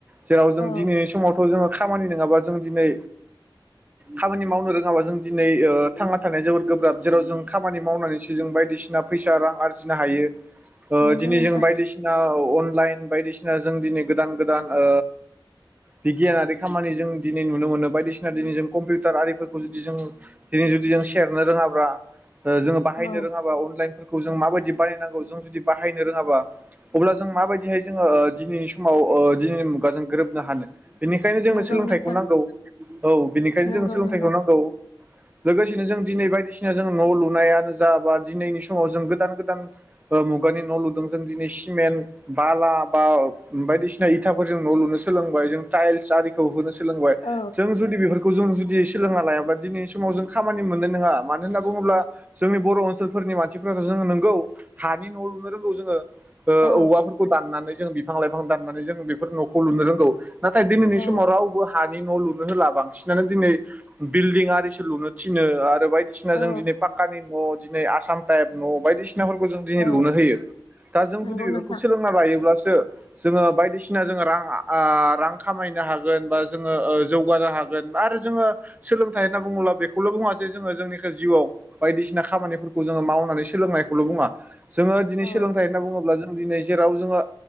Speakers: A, on the right; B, on the left.
A: जेराव जों
B: औ
A: दिनैनि समावथ' जोङो खामानि नङाबा जों दिनै खामानि मावनो रोङाबा जों दिनै ओ थांना थानाया जोबोद गोब्राब जेराव जों खामानि मावनानैसो जों बायदिसिना फैसा रां आरजिनो हायो। ओ
B: नंगौ
A: दिनै
B: नोंथां
A: जों बायदिसिना औ अनलाइन बायदिसिना जों दिनै गोदान गोदान ओ बिगियानारि खामानि जों दिनै नुनो मोनो। बायदिसिना दिनै जों कम्पिउटार आरिफोरखौ जुदि जों दिनै जुदि जों सेरनो रोङाबा जोङो बाहायनो
B: औ
A: रोङाबा अनलाइन फोर खौ जों माबायदि बानायनांगौ जों जुदि बाहायनो रोङाबा अब्ला जों माबायदिहाय जोङो दिनैनि समाव ओ दिनैनि मुगाजों गोरोबनो हानो। बेनिखायनो जोंनो
B: नंगौ
A: सोलोंथाइखौ
B: नोंथां
A: नांगौ औ बिनिखायनो
B: नंगौ
A: जोंनो सोलोंथाइखौ
B: नंगौ
A: नांगौ। लोगोसेनो जों दिनै बायदिसिना जों न' लुनायानो जाबा दिनैनि समाव जों गोदान गोदान ओ मुगानि न' लुदों जों दिनै सिमेन्ट बाला बा बायदिसिना इथाफोरजों न' लु सोलोंबाय जों थाइलस आरिखौ होनो सोलोंबाय।
B: औ
A: जों जुदि बेफोरखौ जों जुदि सोलोंना लायाबा दिनै समाव जों खामानि मोननाय नङा मानो होनना बुङोब्ला जोंनि बर' ओनसोलफोरनि मानसिफोराथ' जों नोंगौ हानि न' लुनो रोंगौ जोङो। ओ
B: औ
A: औवाफोरखौ दाननानै जों बिफां-लाइफां दाननानै जों बेफोर न'खौ लुनो रोंगौ। नाथाय दिनैनि
B: औ
A: समाव रावबो हानि न' लुनो होला बांसिनानो दिनै बिल्डिं आरि सो लुनो थिनो आरो बायदिसिना
B: औ
A: जों दिनै पाकानि न' दिनै आसाम टाइप न' बायदि सिनाफोरखौ जों दिनै
B: औ
A: लुनो होयो। दा जों
B: नंगौ
A: जुदि बेफोरखौ
B: नोंथां
A: सोलोंना लायोब्लासो जोङो बायदिसिना जोङो रां आ रां खामायनो हागोन बा जोङो जौगानो हागोन। आरो जोङो सोलोंथाइ होनना बुङोब्ला बेखौल' बुङा जे जोङो जोंनिखा जिउआव बायदिसिना खामानिफोरखौ जोङो मावनानै सोलोंनायखौल' बुङा जोङो दिनै
B: औ
A: सोलोंथाइ होनना बुङोब्ला जों दिनै जेराव जोङो